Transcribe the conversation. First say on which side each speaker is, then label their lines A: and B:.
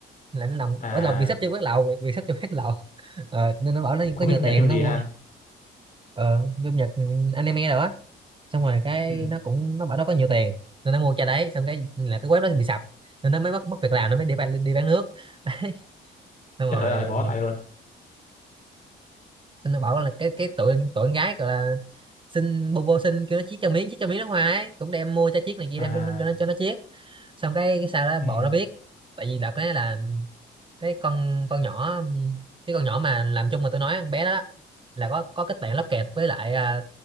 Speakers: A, on the right (about 25°); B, on the left (about 40°).
A: là nó làm
B: à
A: ở lòng vì sắp cho quán lậu vì, vì sắp chơi quán lậu <laughs> Ờ, nên nó bảo nó
B: không
A: có
B: biết
A: nhiều
B: phim
A: tiền
B: nhật phim gì
A: nó mua
B: ha
A: ờ, phim Nhật ừ, anime rồi á xong rồi cái
B: ừ.
A: nó cũng nó bảo nó có nhiều tiền nên nó mua cho đấy xong cái là cái web nó bị sập nên nó mới mất mất việc làm nó mới đi bán đi bán nước <laughs> đấy xong
B: trời
A: rồi
B: đất ơi
A: ừ,
B: bó tay luôn
A: xong nó bảo là cái cái tụi tụi con gái gọi là xin bô bô xin kêu nó chiết cho miếng chiết cho miếng nước hoa ấy cũng đem mua cho chiếc này kia
B: à
A: đem cho, nó- cho nó cho nó chiết xong cái sao đó bộ
B: ừ.
A: nó biết tại vì đợt đấy là cái con con nhỏ cái con nhỏ mà làm chung mà tôi nói con bé đó, đó là có có kết bạn lóc kẹt với lại à,